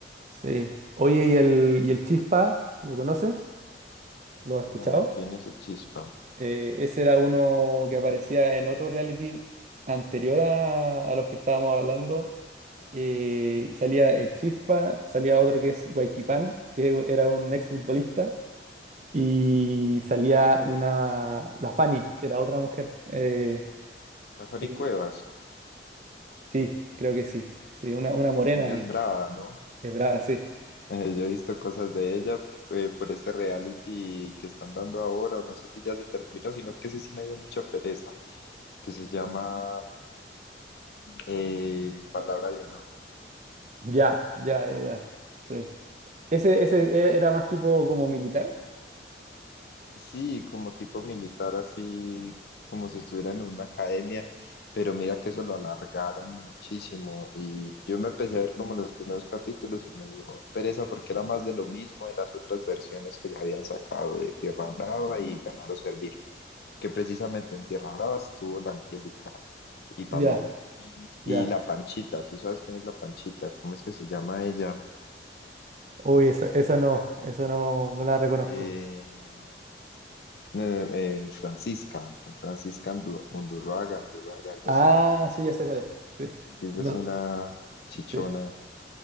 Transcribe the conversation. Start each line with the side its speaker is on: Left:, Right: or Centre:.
Right: Sí. Oye, ¿y el, y el Chispa? ¿Lo conoces? ¿Lo has escuchado?
Left: No, ¿quién es el Chispa?
Right: Eh, ese era uno que aparecía en otro reality anterior a, a los que estábamos hablando. Eh, salía el Chispa, salía otro que es Huayquipán, que era un exfutbolista, y salía una, la Fanny, que era otra mujer. Eh,
Left: Safari
Right: eh,
Left: Cuevas
Right: sí, creo que sí. Sí, una, una morena,
Left: también es brava, ¿no?
Right: es brava, sí.
Left: Eh, yo he visto cosas de ella eh, por este reality que están dando ahora, o no sé si ya se terminó, sino que ese sí me dio mucha pereza, que se llama eh, Palabra de Honor.
Right: Ya, ya, ya, ya. Sí. Ese, ese e- era más tipo como militar.
Left: Sí, como tipo militar, así como si estuviera en una academia, pero mira que eso lo alargaron muchísimo y yo me empecé a ver como los primeros capítulos y me dio pereza porque era más de lo mismo de las otras versiones que ya habían sacado de Tierra Brava y Ganar o Servir, que precisamente en Tierra Brava estuvo la Angélica y
Right: Ya,
Left: Pamela y
Right: ya.
Left: la Panchita, ¿tú sabes quién es la Panchita? ¿Cómo es que se llama ella?
Right: Uy, esa, esa no, esa no, no la reconozco.
Left: Eh, no, eh, Francisca, Francisca Andu- Undurraga, Undurraga, algo
Right: Ah,
Left: así.
Right: sí, ya sé cuál es. Sí.
Left: Y ella
Right: No,
Left: es una chichona.
Right: sí.